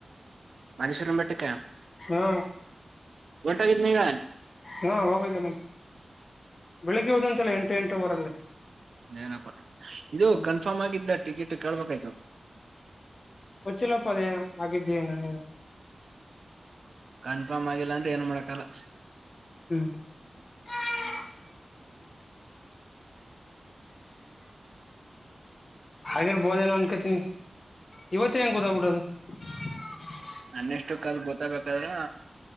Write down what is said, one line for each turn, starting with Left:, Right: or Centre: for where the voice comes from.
Right: ಮನುಷ್ವರಂಬೆಟ್ಟಕ್ಕ
Left: ಹಾ
Right: ಗಊಟ ಕತ್ನಗ
Left: ಹಾ ಹೋಗಯ್ತ ನನ್ ಬೆಳಿಗ್ಗೆ ಹೋದಂತೆಲ್ಲ ಎಂಟ ಎಂಟೂರಲ್ಲಿ
Right: <inaudible> ನಪ್ಪಾ ಇದು
Left: ಹ್ಮ್
Right: ಕನ್ಫರ್ಮ್ ಆಗಿದ್ದ ಟಿಕೆಟ್ ಕೇಳ್ಬೇಕಾಯ್ತು <inaudible>
Left: ಹಚ್ಚಿಲ್ಲಪ್ಪ ಅದೇ ಆಗಿದ್ದೇನ <unintelligible>
Right: ಕನ್ಫರ್ಮ್ ಆಗಿಲ್ಲ ಅಂದ್ರೆ ಏನು ಮಾಡಕಲ್ಲ
Left: ಹ್ಮ್ <unintelligible> ಹಾಗಿರ್ಬೋದೇನೋ ಅಂದಕಚಿನಿ <unintelligible> ಇವತ್ತ ಹೆನ್ ಕೂತ್ಬಿಡದು <unintelligible> <inaudible>
Right: ನನ್ನೆಷ್ಟು ಕಲ್ ಗೊತ್ತಬೇಕಾದ್ರ